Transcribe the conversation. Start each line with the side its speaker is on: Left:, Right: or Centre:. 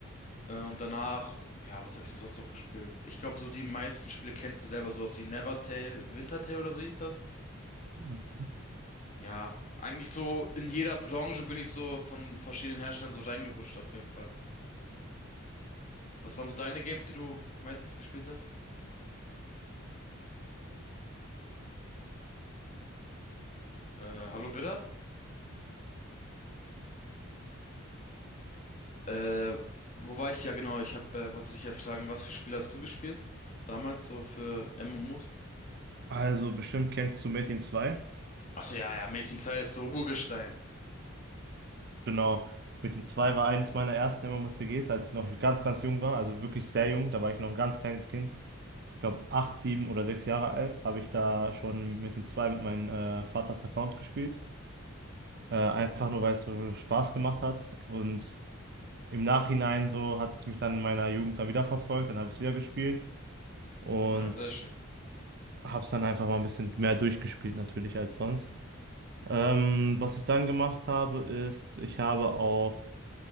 Left: Äh, und danach, ja, was habe ich denn sonst noch gespielt? Ich glaube, so die meisten Spiele kennst du selber, sowas wie Nevertale, Wintertale oder so hieß das.
Right: Mhm.
Left: Ja, eigentlich so in jeder Branche bin ich so von verschiedenen Herstellern so reingerutscht, auf jeden Fall. Was waren so deine Games, die du meistens gespielt hast? Äh, Hallo Biddard? Äh, wo war ich? Ja, genau. Ich hab, äh, wollte dich ja fragen, was für Spiele hast du gespielt? Damals so für MMOs?
Right: Also bestimmt kennst du Metin 2.
Left: Ach so, ja, ja, Metin zwei ist so Urgestein.
Right: Genau. Metin 2 war eines meiner ersten MMORPGs, als ich noch ganz, ganz jung war. Also wirklich sehr jung. Da war ich noch ein ganz kleines Kind. Ich glaube, acht, sieben oder sechs Jahre alt habe ich da schon Metin 2 mit meinem äh, Vaters Account gespielt. Äh, einfach nur, weil es so Spaß gemacht hat. Und im Nachhinein so hat es mich dann in meiner Jugend dann wieder verfolgt. Dann habe ich es wieder gespielt. und
Left: Ja, sehr schön.
Right: hab's dann einfach mal ein bisschen mehr durchgespielt natürlich als sonst. Ähm, was ich dann gemacht habe, ist, ich habe auch